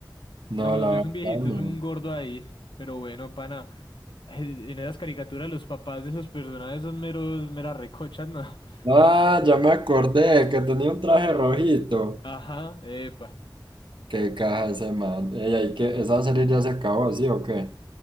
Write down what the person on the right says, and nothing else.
no,
la
verdad
no.
Ah, ya me acordé que tenía un traje rojito.
Qué caja ese man. Ey, hay que, esa serie ya se acabó, ¿sí o qué?